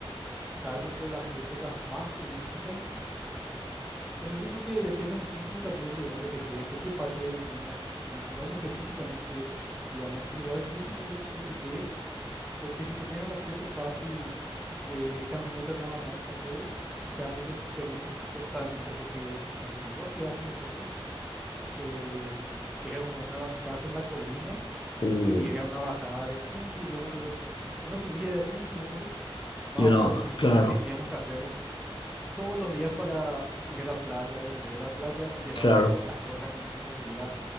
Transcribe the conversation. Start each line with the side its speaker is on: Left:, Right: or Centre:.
Centre: salvo por las épocas más turísticas, Bueno, yo creo que depende muchísimo también de dónde te quedes, de qué parte de Bombiñas y dónde específicamente, digamos, el lugar físico en el- donde te quedes, porque si tenés un acceso fácil de, de caminata nada más a todo, cambia tu experiencia to- totalmente, porque en donde nos quedamos nosotros em, era como una casa en la colina
Left: Uh,
Centre: y era una bajada de un kilómetro, una subida de un kilómetro más
Left: Y
Centre: o
Left: una,
Centre: menos
Left: claro,
Centre: que teníamos que hacer todos los días para ir a la playa y volver a la playa y llevar
Left: claro.
Centre: las cosas con nosotros y era,